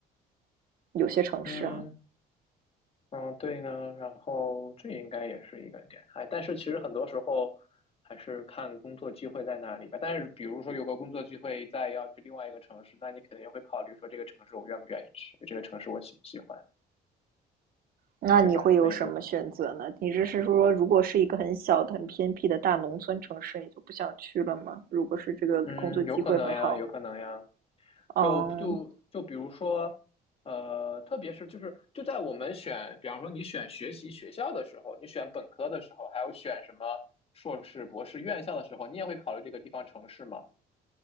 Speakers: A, on the right (about 60°); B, on the left (about 35°).
A: 有些城市啊。
B: 嗯。嗯，对呢，然后这应该也是一个点，哎，但是其实很多时候还是看工作机会在哪里吧。但是比如说有个工作机会在要去另外一个城市，那你肯定会考虑说这个城市我愿不愿意去，这个城市我喜不喜欢，
A: 那你会有什么选择呢？
B: 对吧？那你如果
A: 你这是说，如果是一个很小的、很偏僻的大农村城市，你就不想去了吗？如果是这个工作机会很好，
B: 嗯，有可能呀，有可能呀，
A: 嗯
B: 就就就比如说，呃，特别是就是就在我们选，比方说你选学习学校的时候，你选本科的时候，还有选什么硕士、博士院校的时候，你也会考虑这个地方城市吗？